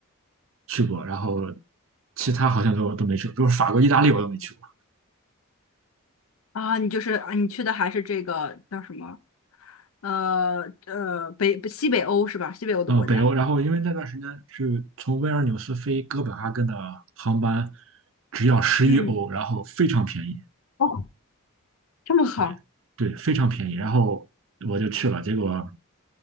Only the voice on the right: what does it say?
去过，然后其他好像都都没去过，比如法国、意大利我都没去过。
呃，北欧，然后因为那段时间是从维尔纽斯飞哥本哈根的航班只要十一欧，
然后非常便宜。
对对，非常便宜。然后我就去了，结果